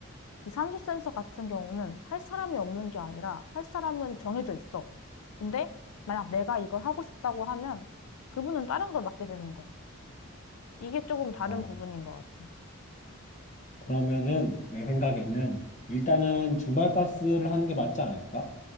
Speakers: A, on the left (about 80°); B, on the left (about 35°).
A: 이 산소 센서 같은 경우는 할 사람이 없는 게 아니라 할 사람은 정해져 있어. 근데 만약 내가 이걸 하고 싶다고 하면 그분은 다른 걸 맡게 되는 거야. 이게 조금 다른
B: 어,
A: 부분인 것 같아.
B: 그러면은 내 생각에는 일단은 증발가스를 하는 게 맞지 않을까?